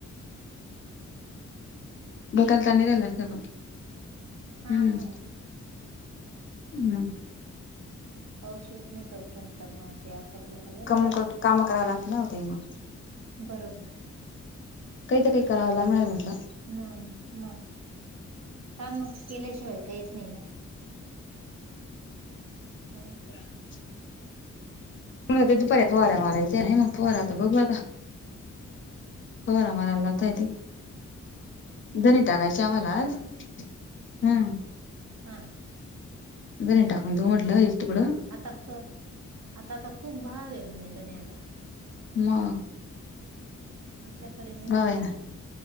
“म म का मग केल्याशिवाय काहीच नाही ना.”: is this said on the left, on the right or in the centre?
Right